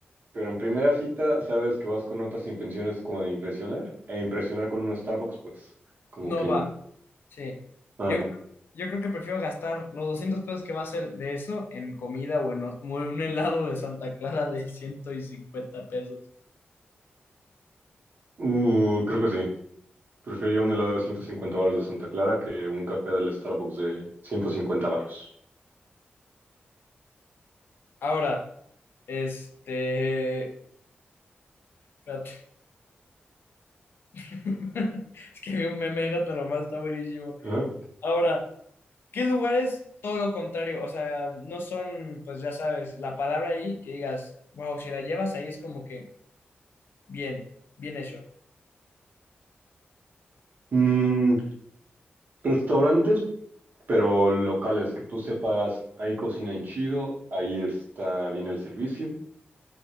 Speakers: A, on the right; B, on the left.
A: Pero en primera cita, sabes que vas con otras intenciones como de impresionar. E impresionar con un Starbucks, pues, como
B: No
A: que
B: va.
A: no.
B: Sí.
A: Ajá.
B: Yo, yo creo que prefiero gastar los 200 pesos que va a ser de eso en comida o en, o- o en un helado de Santa Clara de ciento cincuenta pesos.
A: Uh, creo que sí. Preferiría un helado de 150 baros de Santa Clara que un café del Starbucks de 150 baros.
B: Ahora, este... espérate. <laughs> Es que vi un meme de Gato Lombardo, está buenísimo.
A: Ajá.
B: Ahora, ¿qué lugares? Todo lo contrario, o sea, no son, pues ya sabes, la palabra ahí que digas, wow, si la llevas ahí es como que bien, bien hecho.
A: Mm, restaurantes, Pero locales que tú sepas, ahí cocinan chido, ahí está bien el servicio,